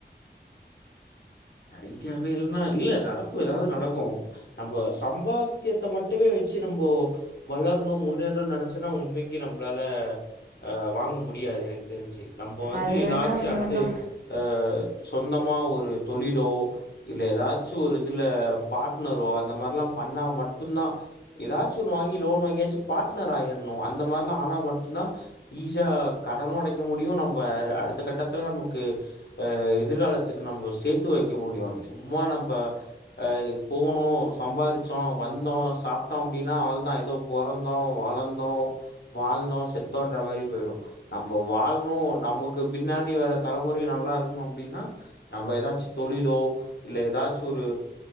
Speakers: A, on the left; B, on the right.
A: ஐடியாவே இல்லைன்னா இல்ல நடக்கு ஏதாவது நடக்கு நம்ம சம்பாத்தியத்தை மட்டுமே வச்சு நம்போ வளரணும் முன்னேறணும்னு நினைச்சுன்னா உண்மைக்கு நம்மளால ஆ வாங்க முடியாது எனக்கு தெரிஞ்சு நம்ப வந்து
B: அது
A: எதாச்சி
B: வேணா உண்மதா
A: அடுத்து அ சொந்தமா ஒரு தொழிலோ இல்ல எதாச்சு ஒரு இதுல பார்ட்னரோ அந்த மார்லா பண்ணா மட்டுந்தா எதாச்சு ஒன்னு வாங்கி லோன் வாங்கியாச்சு பார்ட்னர் ஆயிர்ணு அந்த மார்லா ஆனா மட்டுந்தா ஈஸியா கடனு அடைக்க முடியு நம்ப அடுத்த கட்டத்துல நமக்கு அ எதிர்காலத்துக்கு நம்ப சேத் த்து வெக்க முடியு சும்மா நம்ப அ போனோ சம்பாரிச்சோ வந்தோ சாப்ட்டோ அப்டினா அவள்தா ஏதோ பொறந்தோ வளந்தோ வாழ்ந்தோ செத்தோன்ற மாரி போயிடு நம்ப வாழணு நமக் கு பின்னாடி வர தலைமுறையு நல்லாருக்கணு அப்டினா நம்ம எதாச்சி தொழிலோ இல்ல எதாச்சி ஒரு